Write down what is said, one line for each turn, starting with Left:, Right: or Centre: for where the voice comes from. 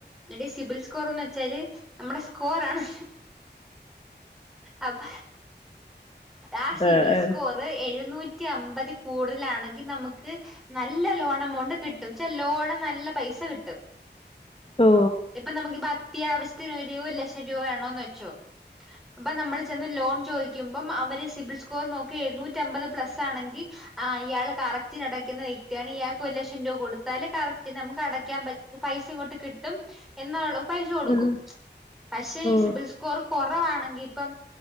Centre: എടി സിബിൽ സ്കോറെന്ന് വെച്ചാല് നമ്മുടെ സ്കോറാണ് അപ്പ ആ സിബിൽ
Left: ആഹ് ആഹ്
Centre: സ്കോറ് എഴുന്നൂ റ്റിയമ്പതി കൂടുതലാണെങ്കി നമ്മക്ക് നല്ല ലോൺ എമൗണ്ട് കി ലോണ് നല്ല പൈസ കിട്ടും
Left: ഓ
Centre: ഇപ്പൊ നമുക്കിപ്പ അത്യാവശ്യ ത്തിനൊരു ഒരു ലക്ഷം രൂപ വേണോന്ന് വെച്ചോ അപ്പൊ നമ്മള് ചെന്ന് ലോൺ ചോദിക്കുമ്പം അവര് സിബിൽ സ്കോർ നോക്കി എഴുന്നൂറ്റി അമ്പത് പ്ലസ് ആണെങ്കി ആ ഇയാൾ കറക്റ്റ്നടയ്ക്കുന്ന വ്യക്തിയാണ് ഇയാൾക്ക് ഒരു ലക്ഷം രൂപ കൊടുത്താല് കറക്റ്റ് നമുക്ക് അടക്കാൻ പ പൈസിങ്ങോട്ട് എന്നാൾ പൈസ കൊടുക്കും
Left: ആഹ്
Centre: പക്ഷേ
Left: ഓ
Centre: ഈ സി ബിൽസ്കോർ കൊറവാണെ ഇപ്പം